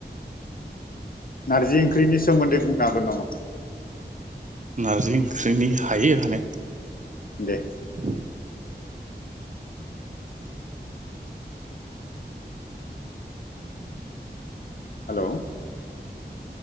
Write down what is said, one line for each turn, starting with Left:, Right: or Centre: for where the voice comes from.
Left: नारजि ओंख्रिनि सोमोन्दै बुंनो हागोन नामा?
Right: नारजि ओंख्रिनि हायो होनाया
Left: दे
Right: औ
Left: हेलौ